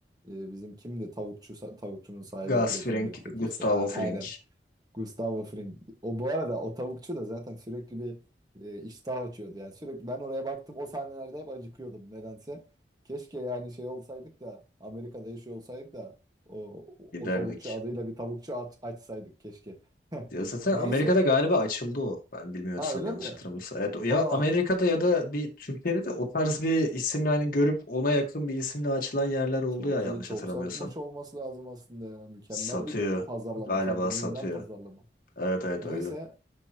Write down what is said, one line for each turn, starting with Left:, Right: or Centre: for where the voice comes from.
Right: e, bizim kimdi tavukçu tavukçunun sahibi
Left: Gus
Right: Breaking
Left: Fring,
Right: Bad'deki
Left: Gustavo
Right: işte a-
Left: Fring
Right: aynen. Gustavo Fring. O bu arada o tavukçu da zaten sürekli bir e, iştah açıyordu. Yani sürekli ben oraya baktım o sahnelerde hep acıkıyordum nedense. Keşke yani şey olsaydık da Amerika'da yaşıyor olsaydık da o,
Left: giderdik.
Right: o tavukçu adıyla bir tavukçu aç, açsaydık keşke. <laughs>
Left: Ya zaten
Right: Neyse.
Left: Amerika'da galiba açıldı o. Ben bilmiyorsam
Right: Ha öyle
Left: yanlış
Right: mi?
Left: hatırlamıyorsam. Evet, o- ya
Right: Aa
Left: Amerika'da ya da bir Türkiye'de de o tarz bir isim yani görüp ona yakın bir isimle açılan yerler oldu
Right: çok
Left: ya yanlış
Right: iyi çok
Left: hatırlamıyorsam.
Right: satmış olması lazım aslında ya. Mükemmel
Left: Satıyor.
Right: bir pazarlama
Left: Galiba
Right: kendiliğinden
Left: satıyor.
Right: pazarlama.
Left: Evet evet
Right: Neyse
Left: öyle.